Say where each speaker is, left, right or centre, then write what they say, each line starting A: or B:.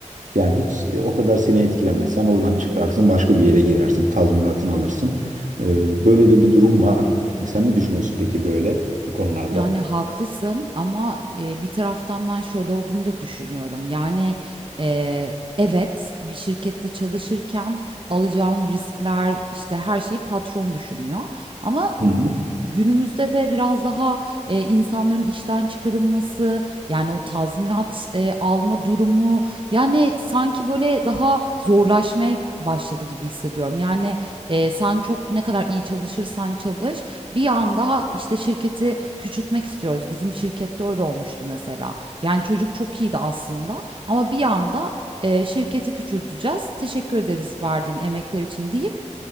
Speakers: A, on the right; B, on the right.
A: Yani hiç e, o kadar seni etkilemez. Sen oradan çıkarsın, başka bir yere girersin, tazminatını alırsın. E, böyle de bir durum var. E, Sen ne düşünüyorsun peki böyle bu konularda?
B: Yani haklısın ama e, bir taraftan ben şöyle olduğunu da düşünüyorum. Yani e, evet bir şirkette çalışırken alacağın riskler işte her şeyi patron düşünüyor. Ama
A: Hı hı.
B: günümüzde de biraz daha e, insanların işten çıkarılması yani o tazminat e, alma durumu yani sanki böyle daha zorlaşmaya başladı gibi hissediyorum. Yani e, sen çok ne kadar iyi çalışırsan çalış. Bir anda işte şirketi küçültmek istiyoruz. Bizim şirkette öyle olmuştu mesela. Yani çocuk çok iyiydi aslında ama bir anda e, şirketi küçülteceğiz. Teşekkür ederiz verdiğin emekler için deyip